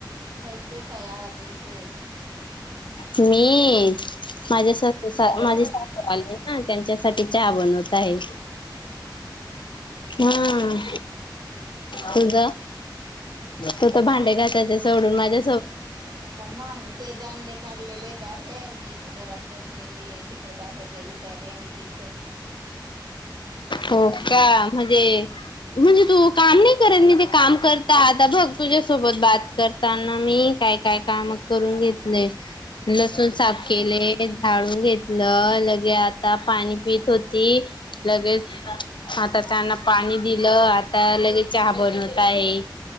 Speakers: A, on the right; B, on the left.
A: हा ते काय आवाज येतय.
B: मीइ. माझ्या सासू सास माझे सासू आले! हम् त्यांच्यासाठी. चहा बनवत आहे.
A: हा काय.
B: हम् तुझ तू तर भांडे घासायच्य सोडून माझ्या
A: मग ते बांडे काढले बाहेर, मी इथं घरात बस लेलीय तिकड बाहेर गेली का रेंज बीज
B: हो का! म्हजे. म्हजे तू काम नाही करत, मी ते काम करता आता बघ तुझ्यासोबत बात करताना मी काय काय काम करून घेतलंय! लसूण साफ केलेय, झाडू घेतलं, लगे आता पाणी पीत, होती. लगेच
A: हा.
B: आ! आता त्यांना पाणी दिलं, आता अ लगेच चहा बनवत आहे.